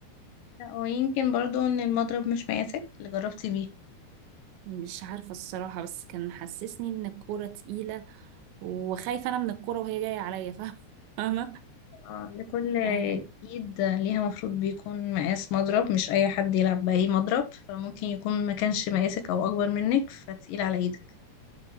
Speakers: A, on the left; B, on the right.
A: لا ويمكن برضو ان المضرب مش مقاسك اللي جربتي بيه
B: مش عارفة الصراحة بس كان محسسني ان الكورة تقيلة وخايفة انا من الكورة وهي جاية عليا <laughs> فاهمة
A: آه، لكل
B: آه،
A: ايد ليها مفروض بيكون مقاس مضرب مش اي حد يلعب باي مضرب فممكن يكون ما كانش مقاسك او اكبر منك فتقيل على ايدك